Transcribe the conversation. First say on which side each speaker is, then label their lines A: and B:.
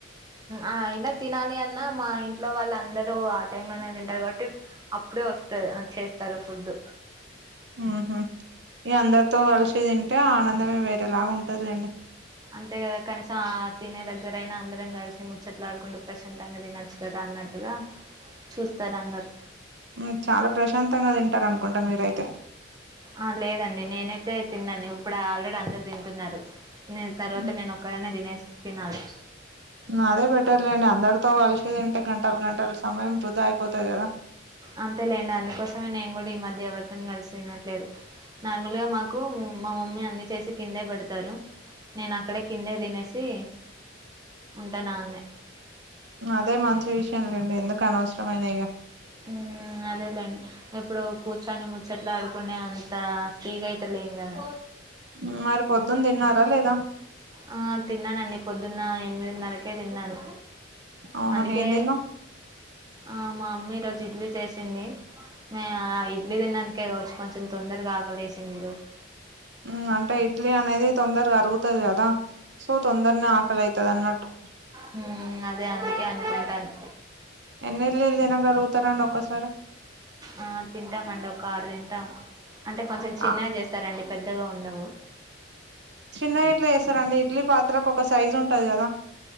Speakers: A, on the right; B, on the right.
A: అయినా తినాలి అన్న మా ఇంట్లో వాళ్ళ అందరూ ఆ టైమ్ లోనే తింటారు కాబట్టి అప్పుడే వస్త ఆ చేస్తారు ఫుడ్
B: ఉహు ఇగ అందరితో కలిసి తింటే ఆనందమే వేరేలాగా ఉంటదిలేండి
A: అంతే కదా కనీసం ఆ తినే దగ్గరయినా అందరం కలిసి ముచ్చట్లు ఆడుకుంటే ప్రశాంతంగా తినొచ్చు కదా అన్నట్ టుగా చూస్తారు అందరు
B: ఉ చాలా ప్రశాంతంగా తింటారు అనుకుంటా మీరైతే
A: ఆ లేదండి నేనైతే తిన్నాను ఇప్పుడు ఆల్రెడీ అందరు తింటున్నారు నేను తర్వాత
B: ఉమ్,
A: నేను ఒక్కదన్నె తినేసి తినాలి
B: అదే బేట్టర్లేండి అందరితో కలిసి తింటే గంటలు గంటల సమయం వృధా అయిపోతది కదా
A: అంతేలేండి అందుకోసమే నేను కూడా ఈ మధ్య ఎవర్తోని కలిసి తినట్లేదు నార్మల్గా మాకు మా మమ్మీ అన్ని చేసి కిందే పెడతారు నేను అక్కడే కిందే తినేసి ఉంటనాన్నే
B: అదే మంచి విషయం లేండి ఎందుకు అనవసరమైన ఇగ
A: హ్ అదేలెండి ఇప్పుడు కూర్చొని ముచ్చట్లాడుకునే అంత ఫ్రీగా అయితే లేం కదా
B: ఉ మరి పొద్దున్న తిన్నారా లేదా
A: ఆ తిన్నానండి పొద్దున్న ఎనిమిదిన్నరకే తిన్నాను
B: అవునా
A: అందుకే
B: ఏం దిన్నావ్
A: ఆ మామ్మీ ఈరోజు ఇడ్లీ చేసింది. ఎ ఆ ఇడ్లీ తిన్నందుకే కావచ్చు కొంచెం తొందరగా ఆకలేసింది ఈ రోజు,
B: మ్ అంటే ఇడ్లీ అనేది తొందరగా అరుగుతది కదా, సో తొందర్నే ఆకలైతదన్నట్టు,
A: హ్మ్మ్ అదే అందుకే అనుకుంటాను,
B: ఎన్ని ఇడ్లీలు తినగలుగుతారండి ఒక్కసారి,
A: ఆ తింటామండి ఒక ఆరు తింటాం, అంటే కొంచెం చిన్నగా
B: ఆ
A: చేస్తారండి పెద్దగా ఉండవు,
B: చిన్నగెట్ల చేస్తారండి ఇడ్లీ పాత్రకు ఒక సైజ్ ఉంటది కదా,